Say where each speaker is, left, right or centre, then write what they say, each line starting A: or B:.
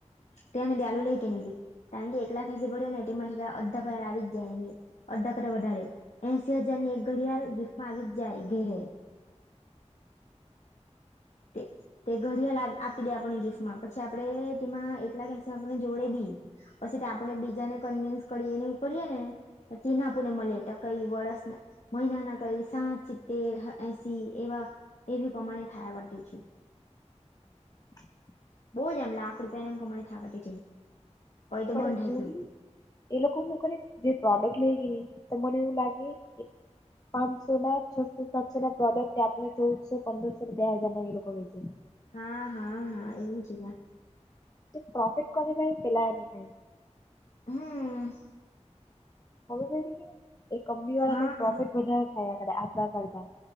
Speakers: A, on the left; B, on the left.
A: તેને બેયા <unintelligible> એકલા ખેસી પડ્યો ને એ માટે અડધા પર આવી જાય અડધા કરતા વધારેે. એસી હજાર ની એક ઘડિયાલ ગીફ્ટ માં આવીજ જાય ઘેરે. તે. તે ઘડિયાળ આવે આપી દેય આપણને ગિફ્ટમાં પછી આપડે તેમાં એકલાક એસી આપણને જોડે બી. પછી ત આપડે બીજાને કન્વીન્સ કરી ને એવું કરીએ ને તીના આપુનને મળે ટકઈ વળસ ના મહિના ના કઈ સાઠ સિત્તે એસી એવા એવી કમાણી થાયા કરતી હતી.
B: <unintelligible>
A: બોજ આમ લાક રૂપિયા નેએમ કમાણી થાયા કરતી હતી. પહી તો
B: પણ
A: બંધ થઈ
B: જો
A: ગયું
B: ની એ લોકો હું કરી જે પ્રોડક્ટ લઈ કે ની તો મને એવું લા ગે પાંચસો ના છસો સાતસો ના પ્રોડક્ટ આપણને ચૌદસો પંદરસો ને બે હાજાર ના એ લોકો વેચે.
A: હા હા હા એવું છેકે
B: પ્રોફિટ કોને થાય પેલા એમને.
A: હમ.
B: ખબર પૈડી કે એ કંપની વાળાને
A: હા
B: પ્રોફિટ વધારે થાય આપડા કરતા.